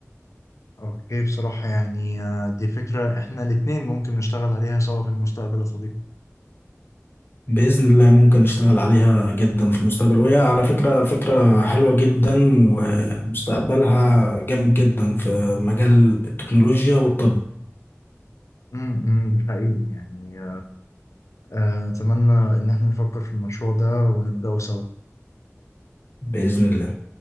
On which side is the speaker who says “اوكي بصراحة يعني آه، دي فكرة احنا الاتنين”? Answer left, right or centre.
Left